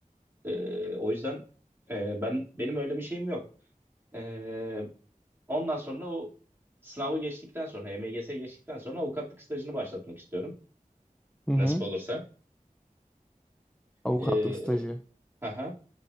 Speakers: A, on the right; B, in the centre.
A: Ee, o yüzden e, ben benim öyle bir şeyim yok. Ee, ondan sonra o sınavı geçtikten sonra, HMGS geçtikten sonra avukatlık stajını başlatmak istiyorum.
B: Hı hı.
A: Nasip olursa.
B: Avukatlık
A: Ee,
B: stajı.
A: haha,